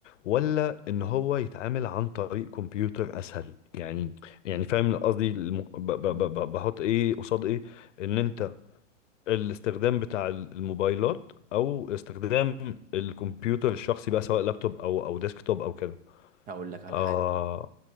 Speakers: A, on the left (about 70°); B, on the right (about 20°).
A: ولا ان هو يتعامل عن طريق كمبيوتر اسهل يعني يعني فاهم قصدي الم- ب- ب-
B: مم.
A: ب- ب- بحط ايه قصاد ايه ان انت الاستخدام بتاع الموبايلات او استخدام الكمبيوتر الشخصي بقى سواء لابتوب او او ديسكتوب او كده
B: هقول لك على
A: آه
B: حاجه